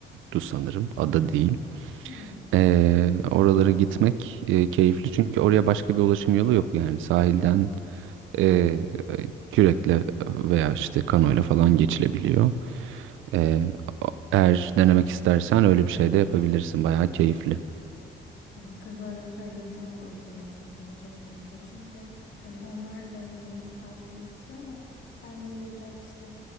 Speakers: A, on the right; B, on the left.
A: du sanırım ada değil.
B: Hı.
A: E, oralara gitmek e, keyifli çünkü oraya başka bir ulaşım yolu yok yani sahilden e, kürekle veya işte kanoyla falan geçilebiliyor. E, o- eğer denemek istersen öyle bir şey de yapabilirsin bayağı keyifli.
B: Ya kızlara söyleyeceğim böyle deniz fikrini kesinlikle. Çünkü hani onlar evet deniz tatili istiyor ama ben böyle biraz işte